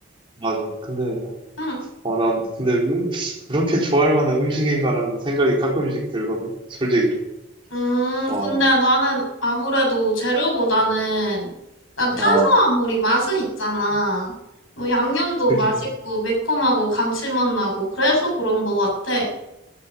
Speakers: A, on the right; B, on the left.
A: 맞아. 근데
B: 응.
A: 어, 난 근데 으- 그렇게 좋아할 만한 음식인가라는 생각이 가끔씩 들거든. 솔직히.
B: 음,
A: 어,
B: 근데 나는 아무래도 재료보다는 난 탄수화물이
A: 어,
B: 맛은 있잖아. 뭐 양념도
A: 그지.
B: 맛있고 매콤하고 감칠맛 나고 그래서 그런 것 같아.